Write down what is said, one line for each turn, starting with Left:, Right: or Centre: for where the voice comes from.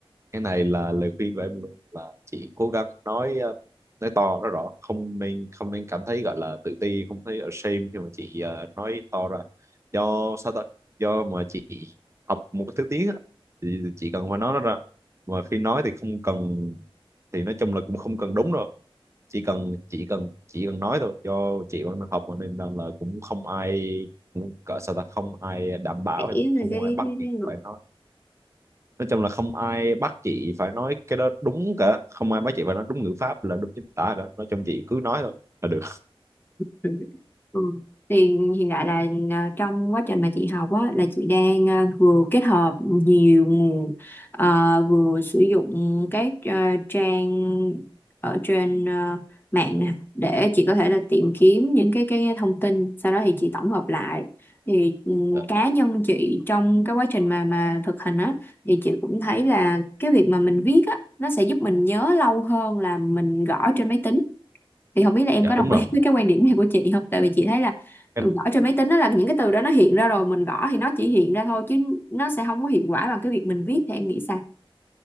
Right: cái này là lời khuyên của em luôn là chị cố gắng nói ờ, nói to nói rõ không nên không nên cảm thấy gọi là tự ti không thấy ashamed khi mà chị ờ, nói to ra do sao ta do mà chị học một cái thứ tiếng á, thì chị cần phải nói nó ra mà khi nói thì không cần thì nói chung là cũng không cần đúng đâu chỉ cần chỉ cần chỉ cần nói thôi do chị vẫn đang học mà nên là là cũng không ai cũng cỡ sao ta không ai đảm bảo
Left: để
Right: hay là
Left: về
Right: không
Left: cái
Right: ai bắt
Left: cái, cái,
Right: chị
Left: cái,
Right: phải nói nói chung là không ai bắt chị phải nói cái đó đúng cả không ai bắt chị phải nói đúng ngữ pháp là đúng chính tả cả nói chung chị cứ nói thôi là được
Left: Ừ. Ừ. Thì hiện tại là à, trong quá trình mà chị học á, là chị đang à, vừa kết hợp nhiều nguồn à, vừa sử dụng các à, trang ở trên à, mạng nè để chị có thể là tìm kiếm những cái cái thông tin sau đó thì chị tổng hợp lại thì ừ,
Right: Ờ,
Left: cá nhân chị trong cái quá trình mà mà thực hành á thì chị cũng thấy là cái việc mà mình viết á nó sẽ giúp mình nhớ lâu hơn là mình gõ trên máy tính thì không biết là em
Right: dạ
Left: có đồng
Right: đúng rồi
Left: ý <laughs> với cái quan điểm này của chị không tại vì chị thấy là ừ,
Right: cái
Left: gõ trên máy tính đó là những cái từ đó nó hiện ra rồi mình gõ thì nó chỉ hiện ra thôi chứ nó sẽ không có hiệu quả bằng cái việc mình viết thì em nghĩ sao